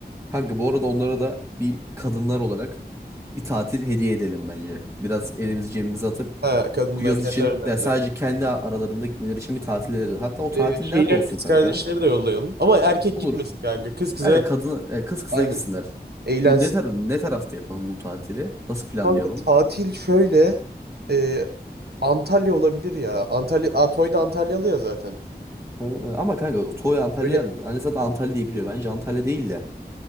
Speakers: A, on the right (about 15°); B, on the right (about 70°).
A: Kanka bu arada onlara da bir kadınlar olarak bir tatil hediye edelim bence. Biraz elimizi cebimize atıp
B: Ha kadınlar
A: bu yaz
B: kendi
A: için
B: aralarında.
A: ya sadece kendi aralarında gitmeleri için bir tatil edelim. Hatta o tatil
B: Ee, şeyler
A: nerede olsun
B: kız
A: kanka?
B: kardeşleri de yollayalım. Ama erkek
A: Olur.
B: gitmesin kanka. Kız kıza
A: Yani kadın e, kız kıza
B: aynen
A: gitsinler.
B: eğlensin.
A: Bu ne tar ne tarafta yapalım bu tatili? Nasıl planlayalım?
B: Kanka tatil şöyle e, Antalya olabilir ya. Antalya Aa, Toy da Antalyalı ya zaten.
A: Ee, Ama kanka Toy Antalya'ya
B: Böyle
A: yalnız. Anne zaten Antalya'yı biliyor. Bence Antalya değil de.